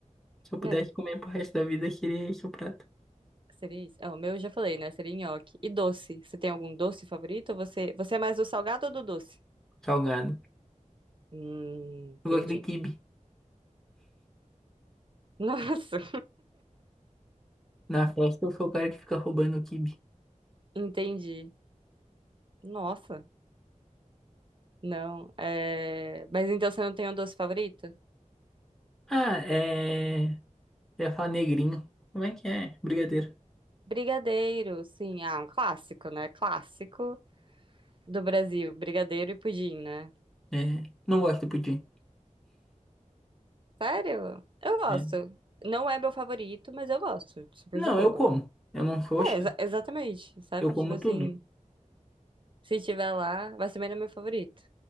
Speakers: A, in the centre; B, on the right.
A: Se eu pudesse
B: É,
A: comer pro resto da vida, seria esse o prato.
B: seria isso. Ah, o meu eu já falei, né? Seria nhoque. E doce. Você tem algum doce favorito? Ou Você, você é mais do salgado ou do doce?
A: Salgado.
B: Hum, entendi.
A: Eu gosto de quibe.
B: Nossa,
A: Na festa eu sou o cara que fica roubando o quibe.
B: <laughs> entendi. Nossa, não. É... Mas então você não tem um doce favorito?
A: Ah, é. Eu ia falar negrinho. Como é que é? Brigadeiro.
B: Brigadeiro, sim. Ah, um clássico, né? Clássico do Brasil. Brigadeiro e pudim, né?
A: É. Não gosto de pudim.
B: Sério? Eu gosto.
A: É.
B: Não é meu favorito, mas eu gosto. Super
A: Não,
B: de boa.
A: eu como. Eu não sou
B: É,
A: chato.
B: exa- exatamente, sabe?
A: Eu como
B: Tipo assim,
A: tudo.
B: se tiver lá, mas também não é meu favorito.